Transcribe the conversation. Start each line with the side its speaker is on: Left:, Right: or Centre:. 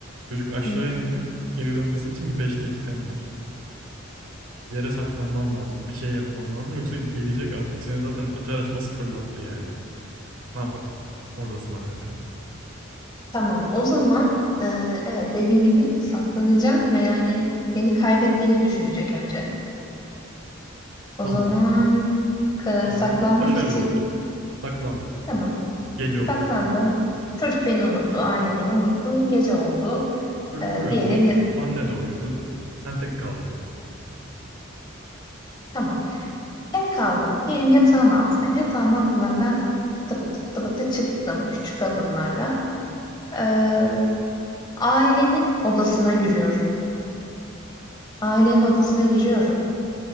Right: Çocuk aşağı
Left: Hı.
Right: indi. Geri dönmesi için 5 dakikan var. Yere saklanman lazım. Bir şey yapman lazım. Yoksa gelecek artık seni zaten açar açmaz fırlattı yani. Ne yaparsın? Oradasın hala şu an.
Left: Tamam, o zaman e, evet dediğin gibi saklanacağım ve yani beni kaybettiğini düşünecek önce. O
Right: Tamam.
Left: zaman ka-
Right: Tamam.
Left: saklanmak
Right: Başarılı
Left: için
Right: oldu. Saklandın.
Left: tamam
Right: Gece oldu.
Left: saklandım. Çocuk beni unuttu, aile beni unuttu, gece oldu.
Right: Çocuk
Left: E,
Right: uyudu.
Left: diyelim ya,
Right: Anne de uyudu. Sen tek kaldın.
Left: tamam tek kaldım. Diyelim yatağın altındayım. Yatağın altından ben pıtı pıtı pıtı pıtı çıktım küçük adımlarla. E, ailenin odasına yürüyorum. Ailenin odasına giriyorum.